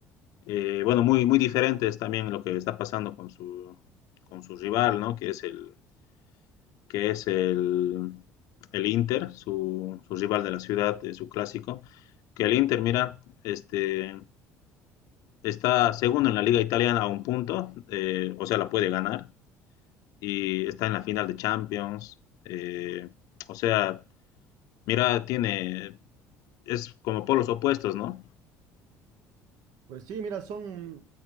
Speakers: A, on the left; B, on the right.
A: Eh, bueno, muy, muy diferente es también lo que está pasando con su, con su rival, ¿no? Que es el, que es el, el Inter, su, su rival de la ciudad, eh, su clásico. Que el Inter, mira, este, está segundo en la liga italiana a un punto, eh, o sea, la puede ganar, y está en la final de Champions. eh, o sea, mira, tiene, es como polos opuestos, ¿no?
B: Pues sí, mira, son,